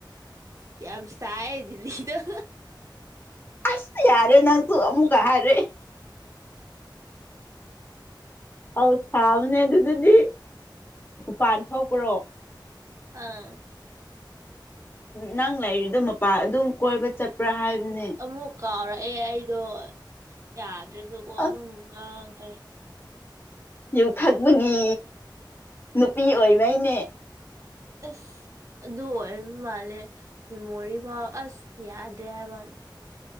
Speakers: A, on the right (about 40°); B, on the left (about 25°).
A: ꯌꯥꯝ ꯁꯥꯏꯌꯦ ꯗꯤꯂꯤꯗ
B: ꯑꯁ ꯌꯥꯔꯦ ꯅꯪꯁꯨ ꯑꯃꯨꯛꯀ ꯍꯥꯏꯔꯛꯑꯦ ꯑꯧ ꯁꯥꯕꯅꯦ ꯑꯗꯨꯗꯗꯤ ꯃꯄꯥꯟ ꯊꯣꯛꯄ꯭ꯔꯣ
A: ꯑꯥ
B: ꯅꯪ ꯂꯩꯔꯤꯗꯣ ꯃꯄꯥꯥꯟ ꯑꯗꯨꯝ ꯀꯣꯏꯕ ꯆꯠꯄ꯭ꯔꯥ ꯍꯥꯏꯕꯅꯦ
A: ꯑꯃꯨꯛ ꯀꯥꯎꯔꯛꯑꯦ ꯑꯩꯗꯣ ꯌꯥꯗ꯭ꯔꯁꯨꯀꯣ ꯑꯗꯨꯝ
B: ꯑꯁ
A: ꯉꯥꯡꯈ꯭ꯔꯦ
B: ꯌꯨ ꯊꯛꯄꯒꯤ ꯅꯨꯄꯤ ꯑꯣꯏꯕꯩꯅꯦ
A: ꯑꯁ ꯑꯗꯨ ꯑꯣꯏꯕ ꯃꯥꯜꯂꯦ ꯃꯦꯃꯣꯔꯤ ꯐꯥꯎ ꯑꯁ ꯌꯥꯗ꯭ꯔꯦ ꯍꯥꯏꯕ